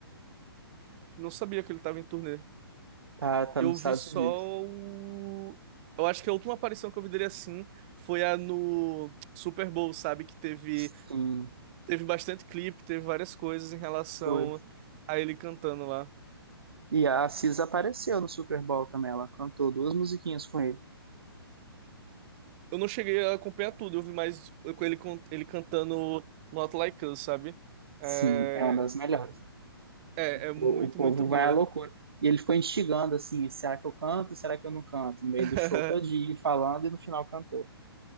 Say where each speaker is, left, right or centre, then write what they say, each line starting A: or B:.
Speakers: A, on the right; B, on the right.
A: Não sabia que ele tava em turnê.
B: Tá, tá
A: Eu
B: nos Estados
A: vi só
B: Unidos.
A: o. Eu acho que a última aparição que eu vi dele assim foi a no Super Bowl, sabe? Que teve,
B: Sim,
A: teve bastante clipe, teve várias coisas em relação
B: foi.
A: a ele cantando lá.
B: E a Assis apareceu no Super Bowl também. Ela cantou duas musiquinhas com ele.
A: Eu não cheguei a acompanhar tudo, eu vi mais com ele, con- ele cantando Not Like Us, sabe? É,
B: Sim, é uma das melhores.
A: é, é muito,
B: O, o povo
A: muito boa.
B: vai à loucura. E ele ficou instigando assim: será que eu canto? Será que eu não canto? No meio
A: <laughs>
B: do show todinho, falando e no final cantou.